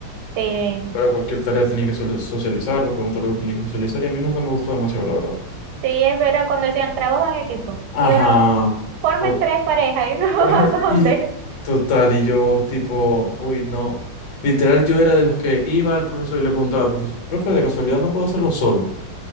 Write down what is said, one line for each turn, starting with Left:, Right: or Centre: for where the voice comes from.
Right: Sí,
Left: Para cualquier tarea tenés que sol- socializar, para preguntar algo tenés que socializar, y a mí nunca me gustó demasiado, la verdad.
Right: sí, es verdad, cuando decían trabajo en equipo,
Left: Ajá.
Right: y uno, formen
Left: Por...
Right: tres parejas, y uno, <laughs>
Left: <laughs>
Right: ¿a dónde?
Left: Y total, y yo tipo, uy, no. Literal, yo era de los que iba al profesor y le preguntaba, "Profes- profe, de casualidad no puedo hacerlo solo.